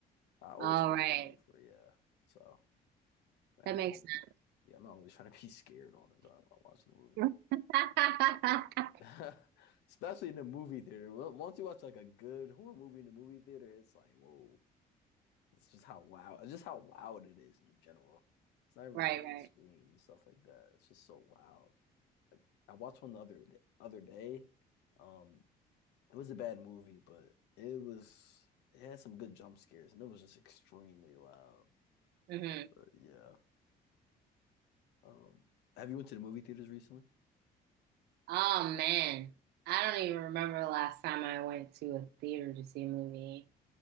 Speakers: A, on the left; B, on the right.
A: I always
B: All
A: gotta
B: right.
A: be in the mood for it, yeah. So I'm
B: That
A: not,
B: makes
A: al-
B: sense.
A: yeah, I'm not always <laughs> trying to be scared all the time when I'm watching a movie.
B: <laughs>
A: <laughs> Especially in the movie theater. Well, Once you watch like a good horror movie in the movie theater, it's like, whoa. It's just how loud, it's just how loud it is in general. It's not even
B: Right,
A: like
B: right.
A: the screen and stuff like that. It's just so loud. Like I watched one the other the other day. Um, it was a bad movie, but it was it had some good jump scares and it was just extremely loud.
B: hmm
A: But yeah. Um, have you went to the movie theaters recently?
B: Oh man, I don't even remember the last time I went to a theater to see a movie.